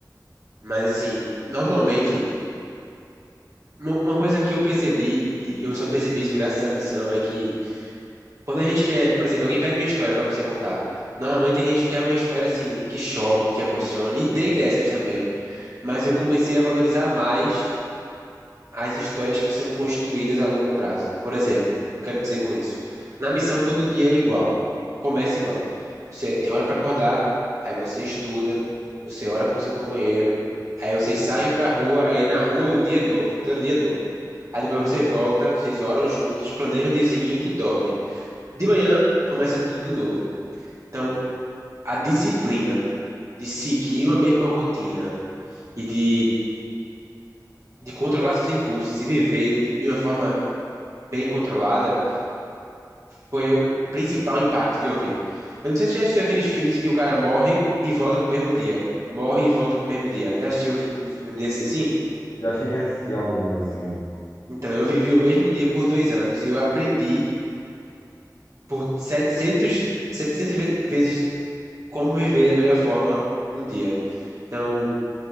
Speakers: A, on the right; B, on the left.
A: mas assim, normalmente uma, uma coisa que eu percebi e eu só percebi isso graças à missão é que Quando a gente quer, por exemplo, alguém pede uma história pra você contar. Normalmente a gente quer uma história assim que choque, que emocione, e tem dessas também. Mas eu comecei a valorizar mais as histórias que são construídas a longo prazo. Por exemplo, eu quero dizer com isso. Na missão todo dia é igual. Começa igual. Você tem hora pra acordar, aí você estuda, você ora com seu companheiro, aí vocês saem pra rua, aí na rua o dia é novo, todo dia é novo. Aí depois você volta, vocês oram juntos, planejam o dia seguinte e dormem. De manhã começa tudo de novo. Então, a disciplina de seguir uma mesma rotina e de, de controlar seus impulsos e viver de, de uma forma bem controlada foi o principal impacto que eu vi. Eu não sei se você já assistiu aqueles filmes em que o cara morre e volta pro mesmo dia. Morre e volta pro mesmo dia. Já assistiu um, fi- um filme desse assim?
B: Já cheguei a assistir alguns, assim.
A: Então, eu vivi o mesmo dia por dois anos e eu aprendi por 700, 700 ve- vezes como viver da melhor forma um dia. Então,